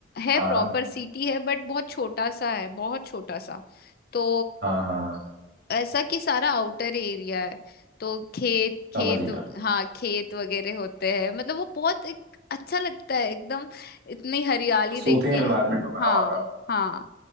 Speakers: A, on the left; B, on the right.
A: है
B: हाँ
A: प्रॉपर सिटी है बट बहुत छोटा सा है बहुत छोटा सा तो
B: हाँ हाँ हाँ,
A: ऐसा कि सारा आउटर एरिया है तो खेत खेत
B: समझ गया
A: हाँ खेत वगैरह होते हैं मतलब वो बहुत एक अच्छा लगता है एकदम इतनी हरियाली
B: सूथिंग
A: देख के
B: एनवायरनमेंट होगा
A: हाँ
B: ना वहाँ का
A: हाँ